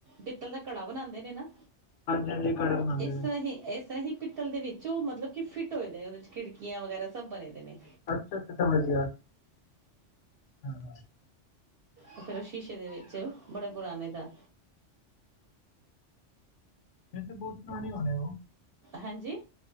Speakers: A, on the right (about 55°); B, on the left (about 70°).
A: ਪਿੱਤਲ ਦਾ ਘੜਾ ਬਣਾਉਂਦੇ ਨੇ ਨਾ
B: ਹਾਂਜੀ ਹਾਂਜੀ ਕੜਾ ਬਣਾਉਂਦੇ
A: ਇਸ
B: ਨੇ
A: ਤਰ੍ਹਾਂ ਹੀ ਇਸ ਤਰ੍ਹਾਂ ਹੀ ਪਿੱਤਲ ਦੇ ਵਿੱਚ ਉਹ ਮਤਲਬ ਕਿ ਫਿੱਟ ਹੋਏ ਦੇ ਉਹਦੇ 'ਚ ਖਿੜਕੀਆਂ ਵਗੈਰਾ ਸਭ ਬਣੇ ਦੇ ਨੇ।
B: ਅੱਛਾ- ਅੱਛਾ ਸਮਝ ਗਿਆ। ਹਾਂਜੀ।
A: ਉਹ ਫੇਰ ਸ਼ੀਸ਼ੇ ਤੇ ਦੇ ਵਿੱਚ ਬੜਾ ਪੁਰਾਣੇ ਦਾ
B: ਫਿਰ ਤੇ ਬਹੁਤ ਪੁਰਾਣੇ ਹੋ ਰਹੇ ਉਹ
A: ਹਾਂਜੀ।